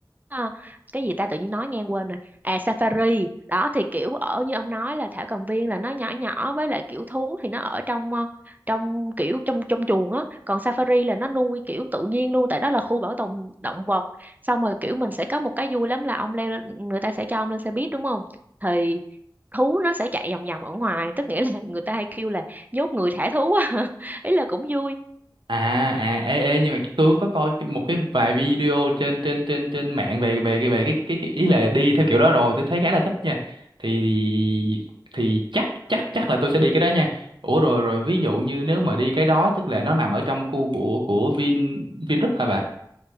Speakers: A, on the right; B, on the right.
A: à, cái gì ta tự nhiên nói ngang quên rồi. À Safari. Đó thì kiểu ở như ông nói là thảo cầm viên là nó nhỏ nhỏ với lại kiểu thú thì nó ở trong ờ, trong kiểu trong trong chuồng á, còn Safari là nó nuôi kiểu tự nhiên luôn tại đó là khu bảo tồn động vật. Xong rồi kiểu mình sẽ có một cái vui lắm là ông leo lên, người ta sẽ cho ông lên xe buýt đúng không? Thì thú nó sẽ chạy vòng vòng ở ngoài, tức nghĩa là người ta hay kêu là nhốt người thả thú á ý là cũng vui,
B: à à ê, ê, nhưng mà tôi có coi cái- một cái vài video trên trên trên trên mạng về về cái về cái, cái cái cái ý là đi theo kiểu đó rồi tôi thấy khá là thích nha thì thì, thì chắc chắc chắc là tôi sẽ đi cái đó nha ủa rồi rồi ví dụ như nếu mà đi cái đó tức là nó nằm ở trong khu của của Vin Vingroup hả bà